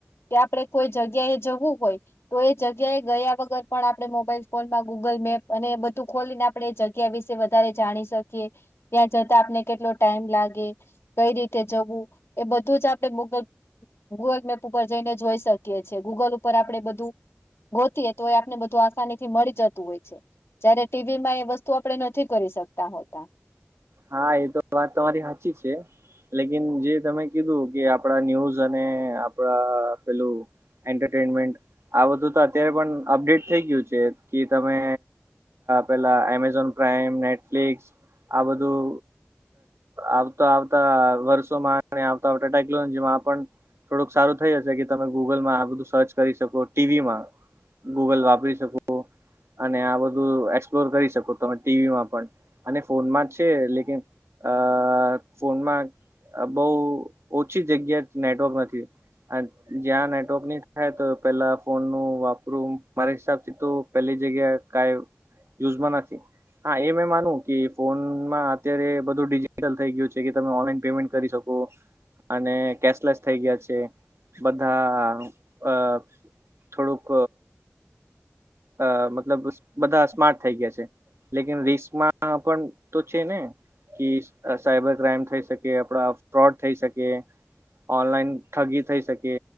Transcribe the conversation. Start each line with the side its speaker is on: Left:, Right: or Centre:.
Left: કે આપડણે કોઈ જગ્યા એ જવું હોય તો એ જગ્યા એ ગયા વગર પણ આપણે મોબાઈલ ફોનમાં ગુગલ મેપ અને બધું ખોલીને આપણે એ જગ્યા વિશે વધારે જાણી શકીએ ત્યાં જતા આપને કેટલો ટાઈમ લાગે કઈ રીતે જવું એ બધું જ આપડણે ગુગલ ગૂગલ મેપ ઉપર જઈને જોઈ શકીએ છીએ ગૂગલ ઉપર આપણેે બધું ગોતીય તો એ આપને બધું આસાની થી મળી જતું હોય છે જયારે ટીવી માં એ વસ્તુ આપડે નથી કરી શકતા હોતા
Right: હા એ તો વાત તમારી સાચી છે લેકિન જે તમે કીધું કે આપડા ન્યૂઝ અને આપડા પેલું એન્ટરટેનમેન્ટ આ બધું તો અત્યારે પણ અપડેટ થઈ ગયું છે કે તમે પેલા એમેઝોન પ્રાઈમ નેટફ્લિક્સ આ બધું. આવતા આવતા વર્ષોમાં આવતા આવતા ટેકનોલોજી માં પણ. થોડુંક સારું થઈ જશે કે તમે ગુગલમાં આ બધું સર્ચ કરી શકો ટીવીમાં. ગૂગલ વાપરી શકો અને આ બધું એક્સપ્લોર કરી શકો તમે ટીવીમાં પણ અને ફોનમાં જ. છે લકન અ ફોનમાં. આ બહુ ઓછી જગ્યા નેટવર્ક નથી. જ્યાં નેટવર્ક ન થાય તો પેલા ફોનનુંું વાપરું મારા હિસાબથી તો. પેલી જગ્યા ક યુઝમાં નથી હા એ મે માનું કે ફોન. અત્યારે બધું ડિજિટલ થઈ ગયું છે કે તમે ઓનલાઈન પેમેન્ટ કરી શકો. અને કેશલેસ થઈ ગયા છે બધા અ. થોડુંક. અ મતલબ બધા સ્માર્ટ થઈ ગયા છે. લેકન રિસમાં પણ તો છે ને. કે સાઈબર ક્રાઈમ થઈ શકે આપડા ફ્રોડ થઈ શકે. ઓનલાઈન ઠગી થઈ શકે